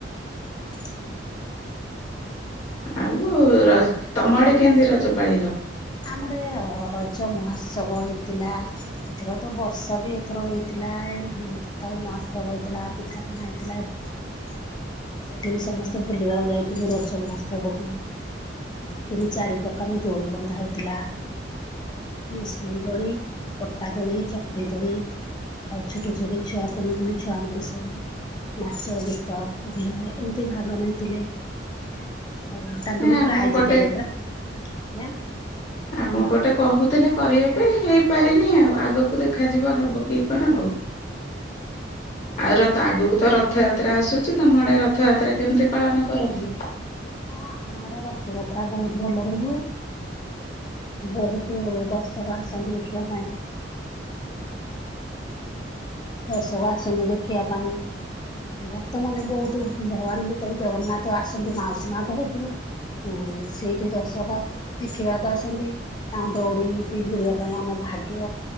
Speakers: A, on the left; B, on the left.
A: <inaudible>
B: ଆଉ ର ତମ ଆଡେ କେମତି ରଜ ପାଳିଲ।
A: ଆମର ରଜମହୋତ୍ସବ ହେଇଥିଲା। ଏଥର ତ ବର୍ଷା ବି ଏଥର ହେଇଥିଲା ତଥାପି ମହାଉତ୍ସବ ହେଇଥିଲା ପିଠାପଣା ହେଇଥିଲା।
B: <inaudible>
A: ସେଠିକି ସମସ୍ତେ ବୁଲିବାକୁ ଯାଇଥିଲୁ ରଜ ମହୋତ୍ସବ କୁ। ତିନି ଚାରି ପ୍ରକାର ଦୋଳି ବନ୍ଧା ହେଇଥିଲା। ନିସୁଣୀ ଦୋଳି ପଟା ଦୋଳି ଚକରି ଦୋଳି। ଆଉ ଛୋଟ ଛୋଟ ଛୁଆ କୁନି କୁନି ଛୁଆ ମାନେ ସବୁ ନାଚ ଗୀତ ଅଭିନୟ ଏମିତି ଭାଗ ନେଇଥିଲେ।
B: <inaudible>
A: ଆଉ ତାଙ୍କୁବି
B: ନା ଆମ
A: ପ୍ରାଇଜ
B: ପଟେ
A: ଦିଆଯାଇଥିଲା ଆଜ୍ଞା।
B: ଆମ ପଟେ କହୁଥିଲେ କରିବା ପାଇଁ ହେଇପାରିନି ଆଉ ଆଗକୁ ଦେଖାଯିବା ହବ କି କଣ ଆଉ। <unintelligible> ଆଉ ରଥ ଆଗକୁ ତ ରଥଯାତ୍ରା ଆସୁଛି ତମ ଆଡେ ରଥଯାତ୍ରା କେମିତି ପାଳନ କରନ୍ତି?
A: ହଁ ଆମ ଆଡେ ରଥଯାତ୍ରା ବହୁତ ଭଲରେ ହୁଏ। ବୋହୁତୁ ଦର୍ଷକ ଆସନ୍ତି ଦେଖିବା ପାଇଁ। ଦର୍ଶକ ଆସନ୍ତି ଦେଖିବା ପାଇଁ। ଭକ୍ତ ମାନେ ବୋହୁତୁ ଭଗବାନ ଯେତେବେଳେ ଜଗନ୍ନାଥ ଆସନ୍ତି ମାଉସୀ ମା ଘରକୁ ଏ ସେଇଠି ଦର୍ଶକ ଦେଖିବାକୁ ଆସନ୍ତି। ତାଙ୍କ ଦୌଡି କି ଭିଡିବା ପାଇଁ ଆମ ଭାଗ୍ୟ